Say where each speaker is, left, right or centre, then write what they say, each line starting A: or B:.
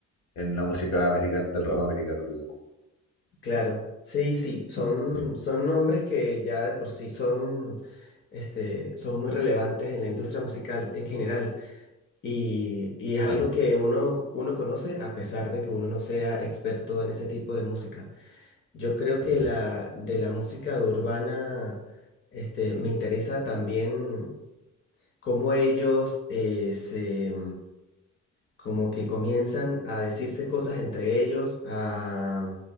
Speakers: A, on the left; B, on the left.
A: en la música americana, del rap americano, digamos.
B: Claro, sí, sí, son,
A: Sí,
B: son nombres que ya de por sí son, este, son muy relevantes en la industria musical en general y, y es algo
A: claro,
B: que uno, uno conoce a pesar de que uno no sea experto en ese tipo de música. Yo creo que
A: de
B: la,
A: hecho.
B: de la música urbana, este, me interesa también cómo ellos eh, se como que comienzan a decirse cosas entre ellos, a,